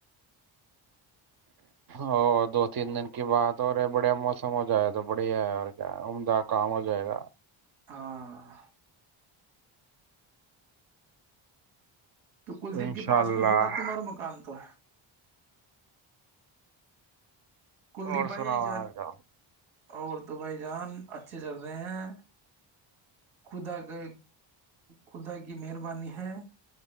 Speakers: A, on the right; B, on the right.
A: ا دو تین دن کی بات اور رہے بڑھیا موسم ہو جائے تو بڑھیا ہے اور کیا ہے عمدہ کام ہو جائے گا
B: ہاں تو کلدیپ
A: انشاء
B: کے پاس
A: اللہ
B: میں ہوگا تمہارا مکان تو کلدیپ
A: اور
B: بھائی
A: سناوا
B: جان
A: آ تھا
B: اور تو بھائی جان اچھے چل رہے ہیں خدا کا خدا کی مہربانی ہے